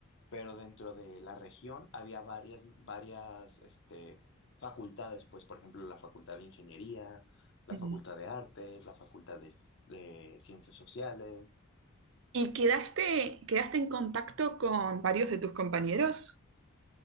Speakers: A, on the left (about 55°); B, on the right (about 60°).
A: Pero dentro de la región había varias, varias, este, facultades, pues, por ejemplo, la Facultad de Ingeniería, la
B: Mm.
A: Facultad de Artes, la Facultad de, S- de Ciencias Sociales.
B: ¿Y quedaste, quedaste en contacto con varios de tus compañeros?